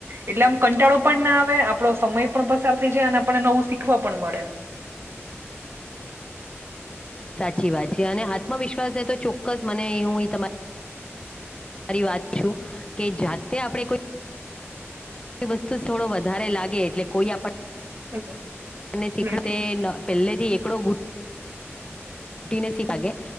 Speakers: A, on the right; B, on the left.
A: એટલે આમ કંટાળો પણ ના આવે, આપડો સમય પણ પસાર થઈ જાય ને આપડને નવું શીખવા પણ મળે.
B: સાચી વાત છે અને આત્મવિશ્વાસને તો ચોક્કસ મને હું તમારી આરી વાત છું કે જાતે આપણે કોઈ એ વસ્તુ થોડો વધારે લાગે એટલે કોઈ આપણ
A: <inaudible>
B: ને શીખડ
A: હમ
B: તે પહેલેથી એકડો ગૂટ ટીને શીખાગે